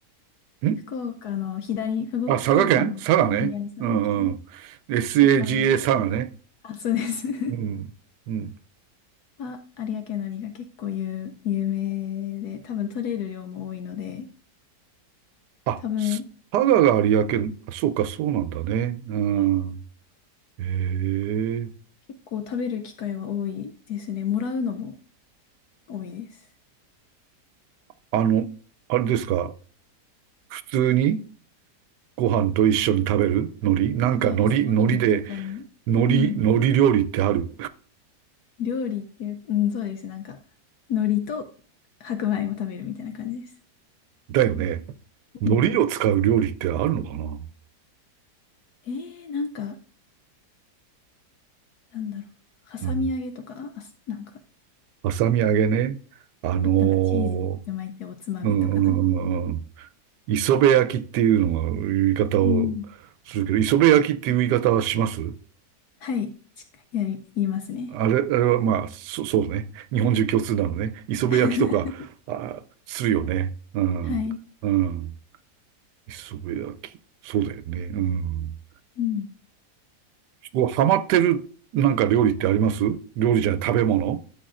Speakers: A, on the right; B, on the left.
A: ん
B: 福岡の左、ふご福岡の左佐賀県
A: あ、佐賀県佐賀ね。うんうん。SAGA
B: とか、
A: 佐賀ね。
B: あ、そうです。<laughs>
A: うん。うん。
B: あ、有明海苔が結構有、有名で、多分取れる量も多いので、
A: あ、
B: 多分、
A: 佐賀が有明、あそうか、そうなんだね。うん。
B: はい
A: へえ。
B: 結構食べる機会は多いですね。もらうのも多いです。
A: あの、あれですか普通にご飯と一緒に食べる海苔なんか海苔、
B: はい、朝ごはんとかに。
A: 海苔で、海苔、
B: うん。
A: 海苔料理ってある。
B: 料理っていう、うん、そうです。なんか、海苔と白米を食べるみたいな感じです。
A: だよね。
B: うん。
A: 海苔を使う料理ってあるのかな
B: えー、なんか、なんだろう。
A: うん。
B: 挟み揚げとか、あ、すなんか、
A: はさみ揚げね。あの
B: なんかチーズって巻いておつまみとかなんか。
A: ーうんうんうんうん。磯辺焼きっていうのが言い方をするけど、
B: うん。
A: 磯辺焼きっていう言い方はします
B: はい、しっかりやり、言いますね。
A: あれ、あれはまあ、そ、そうね。日本中共通なのね。磯辺焼きとか、
B: <laughs>
A: あ、するよね。うん。
B: はい。
A: うん。磯辺焼き。そうだよね。うん。
B: うん。
A: こうハマってるなんか料理ってあります料理じゃない、食べ物